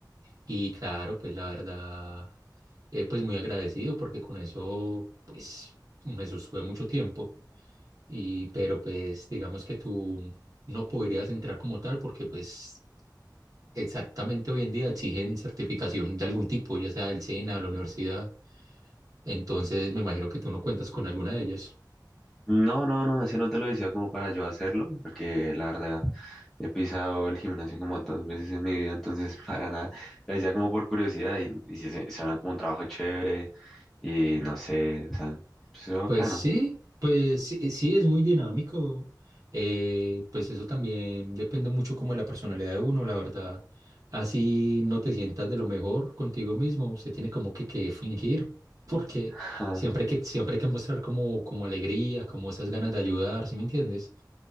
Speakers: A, on the right (about 50°); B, in the centre.
A: Y claro, pues la verdad, eh, pues muy agradecido porque con eso, pues me sostuve mucho tiempo. Y, pero pues digamos que tú no podrías entrar como tal porque pues exactamente hoy en día exigen certificación de algún tipo, ya sea del SENA, de la universidad. Entonces, me imagino que tú no cuentas con alguna de ellas.
B: No, no, no, ese no te lo decía como para yo hacerlo, porque la verdad he pisado el gimnasio como dos veces en mi vida, entonces <laughs> para nada, lo decía como por curiosidad y, y sí se- suena como un trabajo chévere y no sé, o sea, pues es bacano.
A: Pues sí, pues sí, eh, sí, es muy dinámico. Eh, pues eso también depende mucho como de la personalidad de uno, la verdad. Así no te sientas de lo mejor contigo mismo, usted tiene como que, que fingir, <laughs> porque
B: <laughs>
A: siempre hay que, siempre hay que mostrar como, como alegría, como esas ganas de ayudar, ¿sí me entiendes?